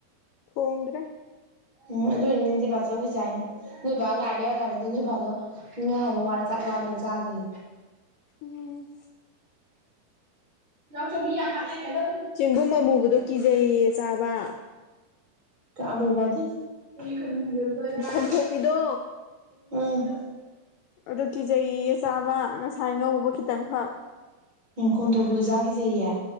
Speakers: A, on the left; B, on the right.
A: ꯇꯣꯡꯗ꯭ꯔ
B: ꯎꯝ ꯑꯗꯨ ꯑꯣꯏꯅꯤ ꯗꯤꯕꯥꯆꯧꯈꯤ ꯆꯥꯏꯅꯤ ꯅꯣꯏꯕ ꯉꯥꯏꯕ ꯑ ꯉꯥꯏꯅꯤꯗ ꯅꯣꯏꯚꯗꯣ ꯉꯥꯏꯕ ꯋꯔꯦ ꯆꯥꯛ ꯂꯥꯝꯃꯦꯅ ꯆꯒ꯭ꯔꯤ
A: ꯎꯝ
B: ꯌꯥꯎꯆꯣ ꯃꯤ ꯌꯥꯝ ꯍꯠꯅꯦꯌꯦ ꯀꯩꯗꯧ
A: ꯆꯦꯡꯒꯨꯝ ꯑꯃꯨꯕꯗꯣ ꯀꯤꯖꯩꯌꯦ ꯆꯥꯕ
B: ꯀ ꯑꯃꯨꯕ ꯑꯗꯤ <unintelligible>
A: ꯈꯣꯝꯊꯣꯛꯄꯤꯗꯣ
B: ꯎꯝ
A: ꯑꯗꯨ ꯀꯤꯖꯩ ꯑ ꯆꯥꯕ ꯉꯁꯥꯏ ꯉꯧꯕ ꯈꯤꯇꯪꯈꯛ
B: ꯎꯝ ꯈꯣꯟꯇꯣꯛꯄꯗꯨ ꯆꯥꯖꯕ ꯀꯤꯖꯩꯌꯦ